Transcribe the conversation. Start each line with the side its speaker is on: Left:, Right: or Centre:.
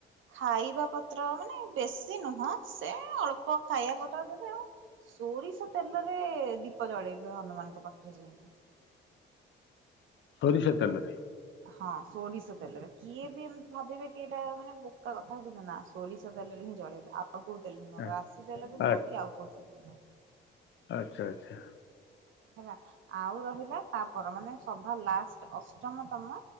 Right: ଖାଇବା ପତ୍ର ମାନେ ବେଶୀ ନୁହଁ ସେ ଅଳ୍ପ ଖାଇବା ପତ୍ର ଦେବେ ଆଉ ସୋରିଷ ତେଲରେ ଦୀପ ଜଳେଇବେ ହନୁମାନଙ୍କ ପାଖରେ ଯାଇକି।
Left: ସୋରିଷ ତେଲରେ।
Right: ହଁ ସୋରିଷ ତେଲରେ କିଏ ବି ଏମତି ଭାବିବେ କିଟା ମାନେ ବୋକା କଥା କିନ୍ତୁ ନା ସୋରିଷ ତେଲରେ ହିଁ ଜଳେଇବେ ଆଉ ଆଉ କଉ ତେଲ ନୁହଁ
Left: ଆ
Right: ରାଶି ତେଲ ବି ନୁହଁ
Left: ଆ-
Right: କି ଆଉ କଉ ତେଲ ବି ନୁହଁ।
Left: ଆଚ୍ଛା ଆଚ୍ଛା।
Right: ହେଲା ଆଉ ରହିଲା ତାପର ମାନେ ସଭା ଲାଷ୍ଟ ଅଷ୍ଟମତମ